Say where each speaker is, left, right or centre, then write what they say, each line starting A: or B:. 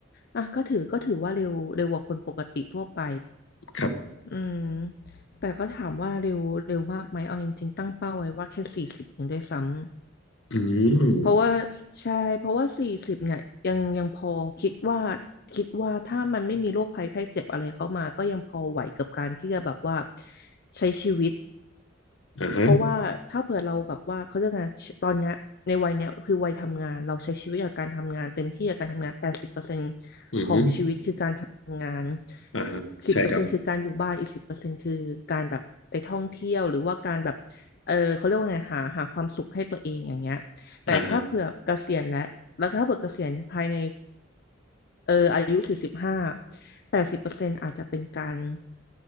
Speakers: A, on the left; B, on the left.
A: อ่ะก็ถือก็ถือว่าเร็วเร็วกว่าคนปกติทั่วไป
B: ครับ
A: อืมแต่ก็ถามว่าเร็วเร็วมากไหมเอาจริงๆตั้งเป้าไว้ว่าแค่สี่สิบเองด้วยซ้ำ
B: อืม
A: เพราะว่าใช่เพราะว่าสี่สิบเนี่ยยังยังพอคิดว่าคิดว่าถ้ามันไม่มีโรคภัยไข้เจ็บอะไรเข้ามาก็ยังพอไหวกับการที่จะแบบว่าใช้ชีวิต
B: อ่าฮะ
A: เพราะว่าถ้าเผื่อเราแบบว่าเขาเรียกไงตอนเนี้ยในวัยเนี้ยคือวัยทำงานเราใช้ชีวิตกับการทำงานเต็มที่กับการทำงานแปดสิบเปอร์เซ็นต์
B: อืม
A: ของชีวิตคือการทำงาน
B: อ่าฮะใช่ครับ
A: สิบเปอร์เซ็นต์คือการอยู่บ้านอีกสิบเปอร์เซ็นต์คือการแบบไปท่องเที่ยวหรือว่าการแบบเออเขาเรียกว่าไงหาหาความสุขให้ตัวเองอย่างเงี้ยแต่ถ้าเผื่อเกษียณแล้วแล้วถ้าเผื่อเกษียณภายใน
B: อ่าฮะ
A: เอออายุสี่สิบห้าแปดสิบเปอร์เซ็นต์อาจจะเป็นการ